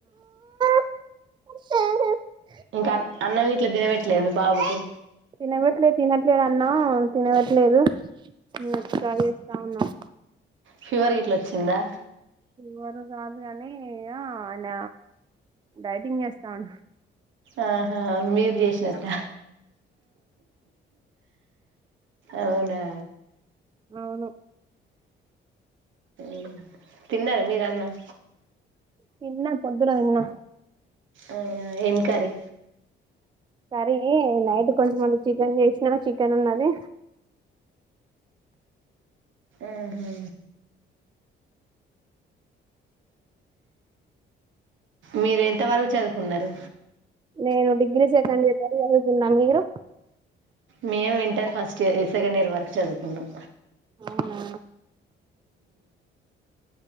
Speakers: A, on the right; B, on the right.
A: స
B: ఇంకా అన్నం గిట్ల తినబెట్లేద మీ బాబుకి
A: తినబెట్లే తినట్లేదు అన్నాం తినబెట్లేదు ఎక్సట్రా చేస్తా ఉన్నాం
B: ఫీవర్ గిట్లా వచ్చిందా
A: ఫీవర్ కాదు కనీ ఆయన డైటింగ్ చేస్తాండు
B: ఆహా మీరు చేసినట్ట అవునా
A: అవును
B: ఉ తిన్నర మీరు అన్నం
A: తిన్న పొద్దున తిన్న
B: అవునా ఏంకారీ
A: కరీ నైట్ కొంచమంత చికెన్ చేసిన చికెన్ ఉన్నది
B: ఆహా మీరు ఎంతవరకు చదువుకున్నారు
A: నేను డిగ్రీ సెకండ్ ఇయర్ వరకు చదువుకున్న మీరు
B: మేము inter first year second year వరకు చదువుకున్నాం
A: అవునా